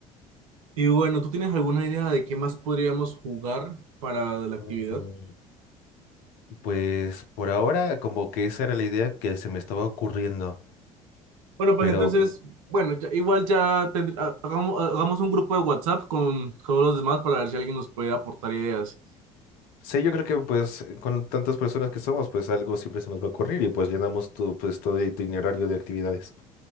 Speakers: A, on the right; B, on the left.
A: Y bueno, ¿tú tienes alguna idea de qué más podríamos jugar para la actividad?
B: Mm, Pues por ahora como que esa era la idea que se me estaba ocurriendo,
A: Bueno, pues
B: pero
A: entonces,
B: mm,
A: bueno, ya- igual ya tendr- ha- hagamos, hagamos un grupo de WhatsApp con todos los demás para ver si alguien nos puede aportar ideas.
B: Sí, yo creo que pues con tantas personas que somos, pues algo siempre se nos va a ocurrir y pues llenamos todo, pues, todo el itinerario de actividades.